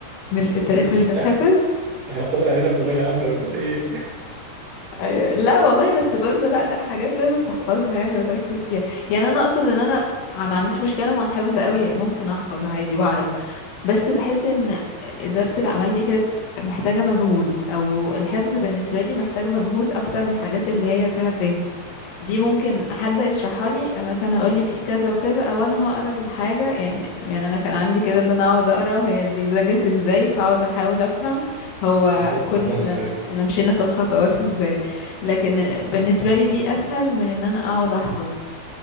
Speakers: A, on the left; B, on the right.
A: مش التاريخ مش بيتحفظ
B: إح- احنا طالع هنا ثانوية عامة بتقول ايه
A: أيوة. لا والله بس برضو لا لا حاجات لازم تحفظها يعني وتركز فيها يعني انا اقصد ان انا ما عنديش مشكلة مع الحفظ قوي ممكن احفظ عادي بعرف بس بحس ان إدارة الأعمال دي كانت محتاجة مجهود أو الحفظ بالنسبة لي محتاج مجهود أكتر من الحاجات اللي هي فيها فهم دي ممكن حد يشرحها لي مثلا أقول لي في كذا وكذا أو أنا هقرا الحاجة يعني يعني أنا كان عندي كده إن أنا أقعد أقرا هي دي ده جت إزاي فأقعد أحاول أفهم
B: <laughs>
A: هو
B: بالظبط
A: كل
B: فاهمك
A: إحنا
B: ايوه
A: احنا مشينا في الخطوات إزاي لكن بالنسبة لي دي أسهل من إن أنا أقعد أحفظ